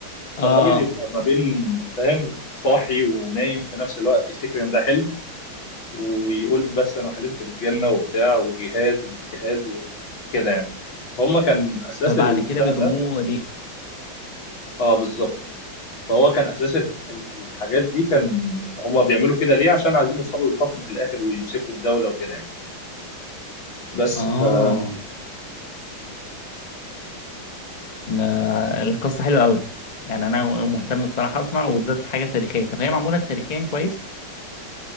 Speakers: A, on the left; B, on the left.
A: اه
B: فالراجل يبقى ما بين فاهم صاحي ونايم في نفس الوقت يفتكر ان ده حلم ويقول بس انا حلمت بالجنه وبتاع والجهاد والجهاد وكده يعني فهم كان اساس
A: فبعد
B: البتاع
A: كده بيضموه
B: ده
A: ليهم
B: اه بالظبط فهو كان اساس ال- ال- الحاجات دي كان هم بيعملوا كده ليه عشان عايزين يوصلوا للحكم في الاخر ويمسكوا الدوله وكده يعني بس
A: اه
B: فكده
A: ده القصة حلوة قوي يعني انا
B: م.
A: مهتم الصراحة اسمع وبالذات الحاجة التاريخية طب هي معمولة تاريخيا كويس